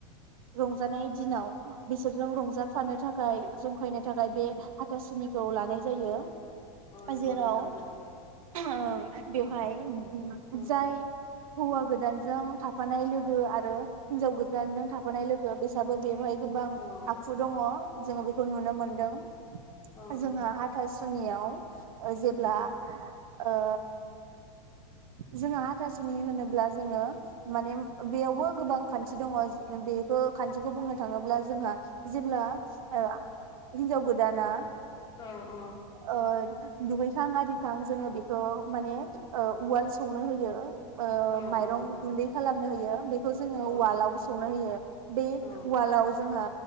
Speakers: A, on the right (about 70°); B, on the left (about 20°).
A: रंजानाय दिनाव बिसोरजों रंजा जाफानो थाखाय जंखायनो थाखाय बे हाथासुनिखौ लानाय जायो
B: नंगौ
A: जेराव
B: नोंथां नंगौ
A: ओ बेवहाय
B: औ
A: जाय हौवा गोदानजों थाफानाय लोगो आरो हिनजाव गोदानजों थाफानाय लोगो बिसाबो बेवहाय गोबां
B: औ औ
A: आखु दङ जोङो बेखौ नुनो मोनदों
B: औ
A: जोंहा हाथासुनियाव ओ जेब्ला ओ जोंहा हाथासु'नि होनोब्ला जोङो माने बेयावबो गोबां खान्थि दङ बेखौ खान्थिखौ बुंनो थाङोब्ला जोंहा जेब्ला ओ हिन्जाव गोदाना
B: औ औ
A: ओ दुगैखां आरिखां जोङो बेखौ माने ओ उवाल सौनो होयो ओ
B: औ
A: माइरं
B: औ नंगौ
A: गुन्दै खालामनो होयो खौ जोङो
B: औ
A: उवालाव सौनो होयो बे
B: औ
A: उवालाव जोंहा